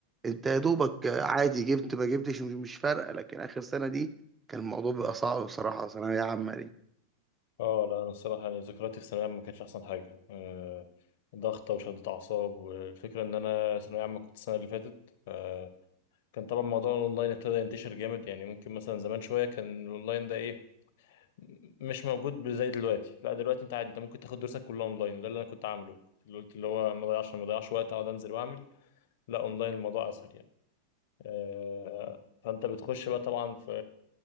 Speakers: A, on the right; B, on the left.
A: انت يا دوبك عادي جبت ما جبتش مش مش فارقه لكن اخر سنه دي كان الموضوع بيبقى
B: أمم.
A: صعب بصراحه ثانويه عامه دي
B: اه لا انا الصراحه يعني ذكرياتي في ثانويه عامه ما كانتش احسن حاجه آه، ضغطه وشده اعصاب والفكره ان انا ثانويه عامه كنت السنه اللي فاتت آه، كان طبعا موضوع الاونلاين ابتدى ينتشر جامد يعني ممكن مثلا زمان شويه كان الاونلاين ده ايه م- مش موجود زي دلوقتي لا دلوقتي انت عادي انت ممكن تاخد دروسك كلها اونلاين وده اللي انا كنت عامله كنت اللي قلت اللي هو ما ضيعش ما ضيعش وقت اقعد انزل واعمل لا اونلاين الموضوع اسهل يعني آه، فانت بتخش بقى طبعا في